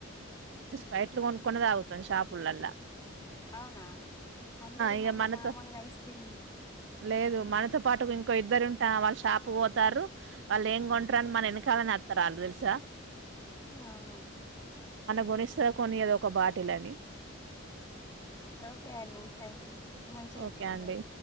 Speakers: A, on the right (about 60°); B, on the left (about 15°).
A: బైట్లు కొనుక్క్కొని తాగుతాం షాపులలా
B: అవునా అందరి
A: ఇగ
B: మధ్య
A: మనతో
B: కామన్గా ఐస్ క్రీమ్
A: లేదు మనతో పాటు ఇంకో ఇద్దరుంట వాళ్ళు షాప్ పోతారు వాళ్ళు ఏం కొంటారుని మన వెనకాలని వస్తారు వాళ్ళు తెలుసా
B: అవునా
A: గునిస్తా కొనేద ఒక బాటిల్ అని
B: ఓకే అండి థ్యాంక్ యూ మంచిగా చెప్తున్నారు
A: ఓకే అండి.